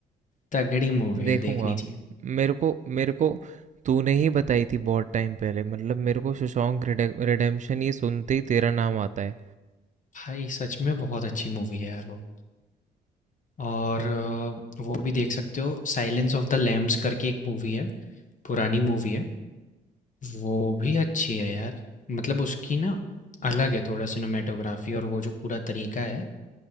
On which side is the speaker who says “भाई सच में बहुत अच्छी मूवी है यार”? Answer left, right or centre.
Left